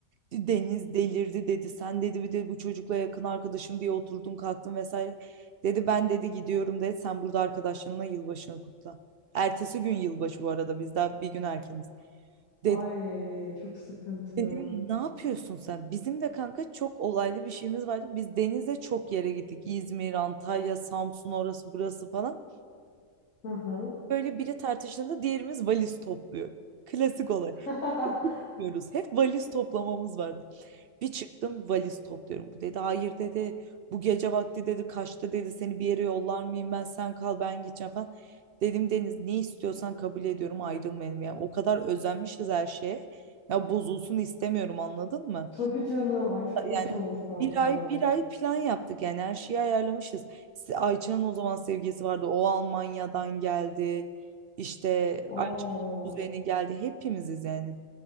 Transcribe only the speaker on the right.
Deniz delirdi dedi sen dedi bir de bu çocukla yakın arkadaşım diye oturdun kalktın vesaire. Dedi ben dedi gidiyorum dedi sen burada arkadaşlarınla yılbaşını kutla. Ertesi gün yılbaşı bu arada biz daha bir gün erkeniz. Dedi,
dedim ne yapıyorsun sen? Bizim de kanka çok olaylı bir şeyimiz vardı. Biz denize çok yere gittik. İzmir, Antalya, Samsun orası burası falan.
Böyle biri tartıştığında diğerimiz valiz topluyor. Klasik olarak
yapıyoruz. Hep valiz toplamamız vardı. Bir çıktım valiz topluyorum. Bu dedi hayır dedi. Bu gece vakti dedi kaçta dedi seni bir yere yollar mıyım ben sen kal ben gideceğim falan. Dedim Deniz ne istiyorsan kabul ediyorum ayrılmayalım. Yani o kadar özenmişiz her şeye. Ya bozulsun istemiyorum anladın mı?
Yani
bir ay bir ay plan yaptık yani her şeyi ayarlamışız. Se- Ayça'nın o zaman sevgilisi vardı. O Almanya'dan geldi. İşte
Ayça'nın kuzeni geldi. Hepimiziz yani.